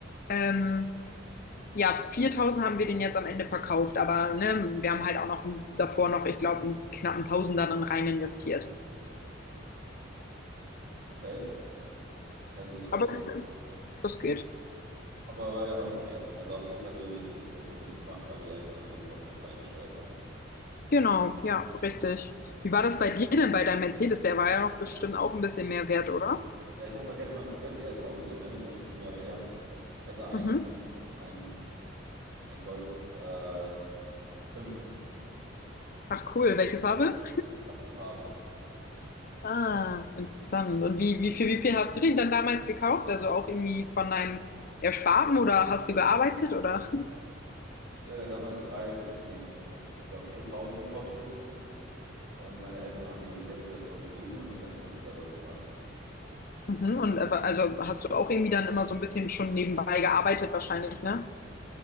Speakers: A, on the left; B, on the right.
A: ähm, ja, 4000 haben wir den jetzt am Ende verkauft, aber ne, wir haben halt auch noch davor noch, ich glaube, einen knappen Tausender dann rein investiert.
B: Okay. Ja, siehst du,
A: Aber
B: also
A: das geht.
B: Aber war ja noch okay. Also habt ihr persönlich nicht groß Minus gemacht, weil die Eltern natürlich noch was beigesteuert haben.
A: Genau, ja, richtig. Wie war das bei dir denn bei deinem Mercedes? Der war ja noch bestimmt auch ein bisschen mehr wert, oder?
B: Ja, ich habe vergessen, mein komplettes erstes Auto zu nennen. Das ist ja schon zehn Jahre her. Ich hatte einen,
A: Mhm.
B: ein, ein Golf äh, 5,
A: Ach cool, welche Farbe?
B: schwarze Farbe.
A: Ah, interessant. Und wie, wie viel, wie viel hast du den dann damals gekauft? Also auch irgendwie von deinem Ersparten oder hast du gearbeitet oder?
B: Ja, der hat damals drei, nee, ich glaube 4000 gekostet. Und meine Eltern haben mir die Hälfte davon gegeben und den Rest musste ich selber bezahlen.
A: Mhm. Und aber- also hast du auch irgendwie dann immer so ein bisschen schon nebenbei gearbeitet wahrscheinlich, ne?